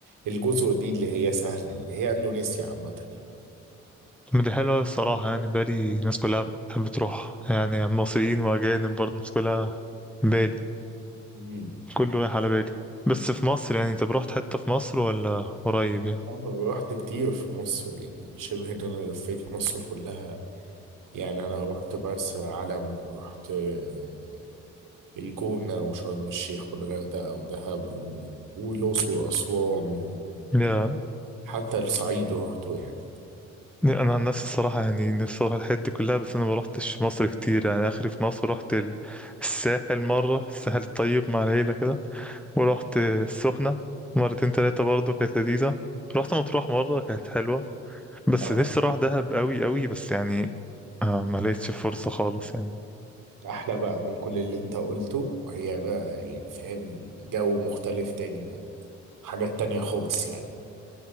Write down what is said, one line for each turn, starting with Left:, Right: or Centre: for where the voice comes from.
Right: الجزر دي اللي هي سهل اللي هي اندونيسيا عامه
Centre: من دي حلوة أوي الصراحة يعني بالي الناس كلها بتحب تروح يعني مصريين واجانب برضه الناس كلها بالي
Right: يعني
Centre: كله رايح على بالي بس في مصر يعني طب رحت حتة في مصر ولا قريب يعني؟
Right: اه رحت كتير في مصر يعني شبه ان انا لفيت مصر كلها يعني انا رحت مرسى علم ورحت آه، الجونة وشرم الشيخ والغردقة ودهب و- والأقصر وأسوان
Centre: <clears throat> يا
Right: وحتى الصعيد رحته يعني
Centre: انا عن نفسي الصراحه يعني نفسي اروح الحته دي كلها بس انا ما روحتش مصر كتير يعني اخري في مصر رحت ال- الساحل مره الساحل الطيب مع العيله كده ورحت السخنه مرتين تلاتة برضه كانت لذيذه رحت مطروح مره كانت حلوه بس
Right: اه
Centre: نفسي اروح دهب قوي قوي بس يعني آه ما لقيتش فرصه خالص يعني
Right: أحلى بقى من كل اللي أنت قلته وهي بقى يعني فاهم جو مختلف تاني حاجات تانية خالص يعني